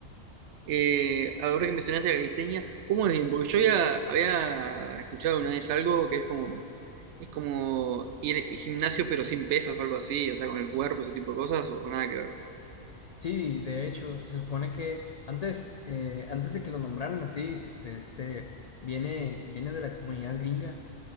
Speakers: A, on the right; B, on the left.
A: eh, ahora que mencionaste la cristeña, ¿cómo es bien? Porque yo ya había escuchado una vez algo que es como, es como ir al gimnasio pero sin pesas o algo así, o sea, con el cuerpo, ese tipo de cosas, o, o nada que ver.
B: Sí, de hecho, se supone que antes, eh, antes de que lo nombraran así, de este, viene, viene de la comunidad gringa,